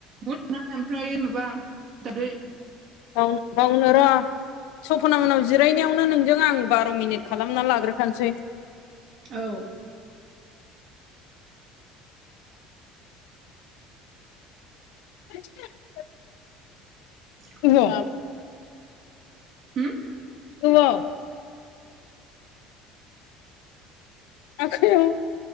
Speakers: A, on the right; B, on the left.
A: बुद ना ओमफ्राय माबा दाब्ले
B: बाव बावनो र' सपना मोननाव जिरायनायावनो नोंजों आं बार' मिनिट खालामना लाग्रोखानोसै।
A: औ।
B: <inaudible>
A: <inaudible>
B: <unintelligible> औ
A: होम
B: औ आखायाव?